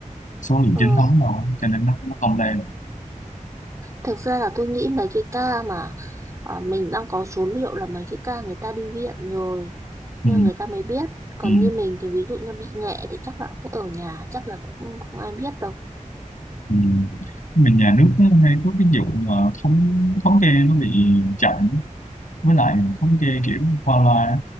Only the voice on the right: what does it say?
ờ.
thực ra là tôi nghĩ mấy cái ca mà ờ, mình đang có số liệu là mấy cái ca người ta đi viện rồi
nên người ta mới biết còn
như mình thì ví dụ như bị nhẹ thì chắc là cũng ở nhà chắc là cũng không ai biết đâu